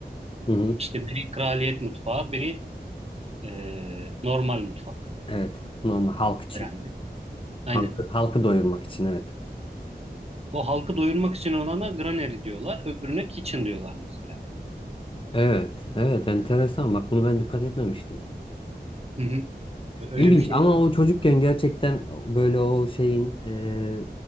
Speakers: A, on the left (about 30°); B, on the right (about 35°).
A: Hı hı.
B: İşte biri kraliyet mutfağı, biri e, normal mutfak
A: Evet. Normal halk için.
B: herhalde. Aynen.
A: Halkı, halkı doyurmak için evet.
B: O halkı doyurmak için olana granary diyorlar, öbürüne kitchen diyorlar mesela.
A: Evet, evet enteresan. Bak bunu ben dikkat etmemiştim.
B: Hı hı. Ö- Öyle
A: İlginç
B: bir şey
A: ama
B: var.
A: o çocukken gerçekten böyle o şeyin e,